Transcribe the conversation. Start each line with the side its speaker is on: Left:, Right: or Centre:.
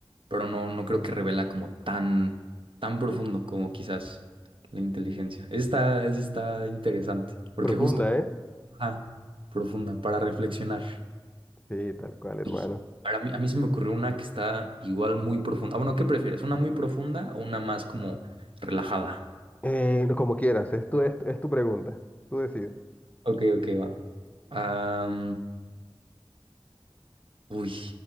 Right: pero no, no creo que revela como tan, tan profundo como quizás la inteligencia. Esta, está interesante, porque
Left: Profunda,
Right: justo...
Left: ¿eh?
Right: Ajá, profunda, para reflexionar.
Left: Sí, tal cual, hermano.
Right: Sí. Para mí, a mí se me ocurrió una que está igual muy profunda. Ah, Bueno, ¿qué prefieres? ¿Una muy profunda o una más como relajada?
Left: Eh, no, como quieras, es tu, es, es tu pregunta. Tú decides.
Right: Ok, ok, va. Am, uy.